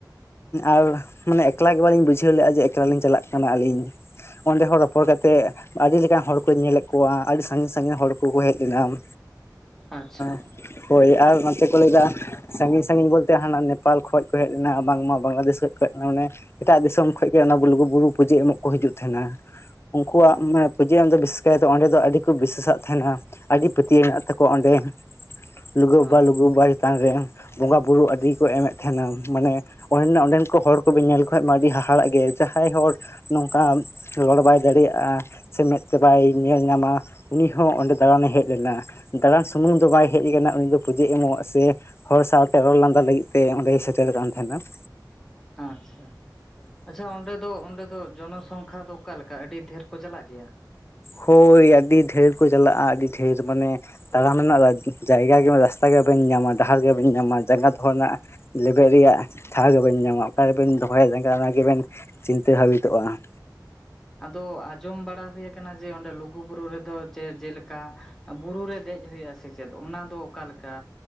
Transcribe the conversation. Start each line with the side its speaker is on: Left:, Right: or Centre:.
Left: ᱟᱨ ᱢᱟᱱᱮ ᱮᱠᱞᱟ ᱜᱮ ᱵᱟᱹᱞᱤᱧ ᱵᱩᱡᱷᱟᱹᱣ ᱞᱮᱫᱼᱟ ᱡᱮ ᱮᱠᱞᱟ ᱞᱤᱧ ᱪᱟᱞᱟᱜ ᱠᱟᱱᱟ ᱟᱹᱞᱤᱧ ᱚᱸᱰᱮ ᱦᱚᱸ ᱨᱚᱯᱚᱲ ᱠᱟᱛᱮᱜ ᱟᱹᱰᱤ ᱞᱮᱠᱟᱱ ᱦᱚᱲ ᱠᱚᱧ ᱧᱮᱞᱮᱫ ᱠᱚᱣᱟ ᱟᱹᱰᱤ ᱥᱟᱺᱜᱤᱧ ᱥᱟᱺᱜᱤᱧ ᱦᱚᱲ ᱠᱚ ᱠᱚ ᱦᱮᱡ ᱞᱮᱱᱟ ᱦᱮᱸ
Centre: ᱟᱪᱪᱷᱟ
Left: ᱾ ᱦᱳᱭ ᱟᱨ ᱱᱚᱛᱮ ᱠᱚ ᱞᱟᱹᱭ ᱮᱫᱟ ᱥᱟᱺᱜᱤᱧ ᱥᱟᱺᱜᱤᱧ ᱵᱚᱞᱛᱮ ᱦᱟᱱᱟ ᱱᱮᱯᱟᱞ ᱠᱷᱚᱡ ᱠᱚ ᱦᱮᱡ ᱞᱮᱱᱟ ᱵᱟᱝᱢᱟ ᱵᱟᱝᱞᱟᱫᱮᱥ ᱠᱷᱚᱡ ᱠᱚ ᱦᱮᱡ ᱞᱮᱱᱟ ᱚᱱᱮ ᱾ ᱮᱴᱟᱜ ᱫᱤᱥᱚᱢ ᱠᱷᱚᱡ ᱜᱮ ᱚᱱᱟ ᱞᱩᱜᱩᱵᱩᱨᱩ ᱯᱩᱡᱟᱹ ᱮᱢᱚᱜ ᱠᱚ ᱦᱤᱡᱩᱜ ᱛᱟᱦᱮᱸᱱᱟ ᱩᱱᱠᱩᱣᱟᱜ
Centre: ᱟᱪᱪᱷᱟ
Left: ᱯᱩᱡᱟ. ᱮᱢ ᱫᱚ ᱵᱤᱥᱮᱥ ᱠᱟᱭᱟᱛᱮ ᱚᱸᱰᱮ ᱫᱚ ᱟᱹᱰᱤ ᱠᱚ ᱵᱤᱥᱟ. ᱥᱟᱜ ᱛᱟᱦᱮᱸᱱᱟ ᱟᱹᱰᱤ ᱯᱟᱹᱛᱭᱟᱹᱣ ᱢᱮᱱᱟᱜ ᱛᱟᱠᱚᱣᱟ ᱚᱸᱰᱮ ᱾ ᱞᱩᱜᱩ
Centre: ᱦᱳᱭ
Left: ᱵᱟ ᱞᱩᱜᱩ ᱵᱟᱵᱟ ᱪᱮᱛᱟᱱ ᱨᱮ ᱵᱚᱸᱜᱟ ᱵᱩᱨᱩ ᱟᱹᱰᱤᱠᱚ ᱮᱢᱮᱫ ᱛᱟᱦᱮᱸᱱᱟ ᱢᱟᱱᱮ ᱾ ᱚᱸᱰᱮ ᱚᱸᱰᱮᱱ ᱠᱚ ᱦᱚᱲ ᱠᱚᱵᱤᱱ ᱧᱮᱞ ᱞᱮ ᱠᱚ ᱠᱷᱟᱱ ᱢᱟ ᱟᱹᱰᱤ ᱦᱟᱦᱟᱲᱟ ᱜᱮ ᱡᱟᱦᱟᱸᱭ ᱦᱚᱲ ᱱᱚᱝᱠᱟ ᱨᱚᱲ ᱵᱟᱭ ᱫᱟᱲᱮᱭᱟᱜᱼᱟ ᱾ ᱥᱮ ᱢᱮᱸᱫ ᱛᱮ ᱵᱟᱭ ᱧᱮᱞ ᱧᱟᱢᱟ ᱩᱱᱤ ᱦᱚᱸ ᱚᱸᱰᱮ ᱫᱟᱬᱟᱱᱮ ᱦᱮᱡ ᱞᱮᱱᱟ ᱾ ᱫᱟᱲᱟᱱ ᱥᱩᱢᱩᱝ ᱫᱚ ᱵᱟᱭ ᱦᱮᱡ ᱞᱮᱱᱟ ᱩᱱᱤ ᱫᱚ ᱯᱩᱡᱟᱹ ᱮᱢᱚᱜ ᱥᱮ ᱦᱚᱲ ᱥᱟᱶᱛᱮ ᱨᱚᱲ ᱞᱟᱸᱫᱟ ᱞᱟᱹᱜᱤᱫ ᱛᱮ ᱚᱸᱰᱮᱭ ᱥᱮᱴᱮᱨ ᱠᱟᱱ ᱛᱟᱸᱦᱮᱱᱟ ᱾
Centre: ᱟᱪᱪᱷᱟ ᱟᱪᱪᱷᱟ ᱚᱸᱰᱮ ᱫᱚ ᱚᱸᱰᱮ ᱫᱚ ᱡᱚᱱᱚ ᱥᱚᱝᱠᱷᱟ ᱫᱚ ᱚᱠᱟ ᱞᱮᱠᱟ ᱟᱹᱰᱤ ᱰᱷᱮᱨ ᱠᱚ ᱪᱟᱞᱟᱜ ᱜᱮᱭᱟ?
Left: ᱦᱳᱭ ᱟᱹᱰᱤ ᱰᱷᱮᱨ ᱠᱚ ᱪᱟᱞᱟᱜᱼᱟ ᱟᱹᱰᱤ ᱰᱷᱮᱨ ᱢᱟᱱᱮ ᱾ ᱛᱟᱲᱟᱢ ᱨᱮᱱᱟᱜ ᱡᱟᱭᱜᱟ ᱜᱮ ᱨᱟᱥᱛᱟ ᱜᱮ ᱵᱟᱹᱧ ᱧᱟᱢᱟ ᱰᱟᱦᱟᱨ ᱜᱮ ᱵᱟᱹᱧ ᱧᱟᱢᱟ ᱡᱟᱸᱜᱟ ᱫᱚᱦᱚ ᱨᱮᱱᱟᱜ ᱞᱮᱵᱮᱫ ᱨᱮᱭᱟᱜ ᱴᱷᱟᱶ ᱜᱮ ᱵᱟ. ᱵᱤᱱ ᱧᱟᱢᱟ ᱚᱠᱟ ᱨᱮᱵᱤᱱ ᱫᱚᱦᱚᱭᱟ ᱡᱟᱸᱜᱟ ᱚᱱᱟ ᱜᱮᱵᱤᱱ ᱪᱤᱱᱛᱟᱹ ᱵᱷᱟᱵᱤᱛᱚᱜᱼᱟ ᱾
Centre: ᱟᱫᱚ ᱟᱸᱡᱚᱢ ᱵᱟᱲᱟ ᱦᱩᱭ ᱟᱠᱟᱱᱟ ᱡᱮ ᱚᱸᱰᱮ ᱞᱩᱜᱩᱵᱩᱨᱩ ᱨᱮᱫᱚ ᱡᱮᱞᱮᱠᱟ ᱵᱩᱨᱩ ᱨᱮ ᱫᱮᱡ ᱦᱩᱭᱩᱜᱼᱟ ᱥᱮᱪᱮᱫ, ᱚᱱᱟ ᱫᱚ ᱚᱠᱟ ᱞᱮᱠᱟ